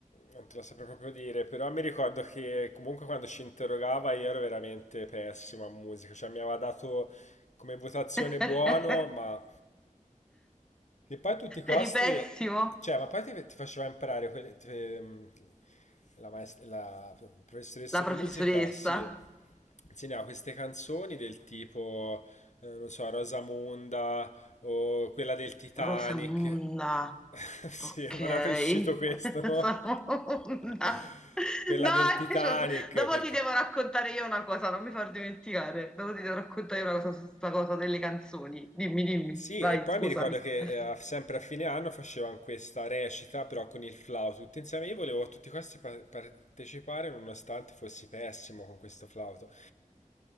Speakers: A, on the left; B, in the centre.
A: Non te lo saprei proprio dire, però mi ricordo che comunque quando ci interrogava io ero veramente pessimo a musica, cioè mi aveva dato come votazione
B: <laughs>
A: buono, ma Che poi a tutti i costi,
B: Eri pessimo.
A: cioè, ma poi ti, ti faceva imparare quelle, ti- ehm, la, maest- la professoressa
B: La
A: di
B: professoressa.
A: musica, sì, insegnava queste canzoni del tipo, eh, non so, Rosamunda o quella del Titanic.
B: Rosamunda,
A: <laughs> Sì,
B: ok.
A: mi era uscito
B: <laughs>
A: questo,
B: Rosamunda.
A: no? <laughs> Quella
B: Dai,
A: del Titanic,
B: cioè, dopo
A: perché...
B: ti devo raccontare io una cosa, non mi far dimenticare. Dopo ti devo raccontare io una cosa su questa cosa delle canzoni. Dimmi, dimmi,
A: Sì,
B: vai,
A: e poi
B: scusami.
A: mi ricordo che
B: <laughs>
A: eh, a- sempre a fine anno facevano questa recita, però con il flauto, tutti insieme. Io volevo a tutti questi pa- partecipare, nonostante fossi pessimo con questo flauto.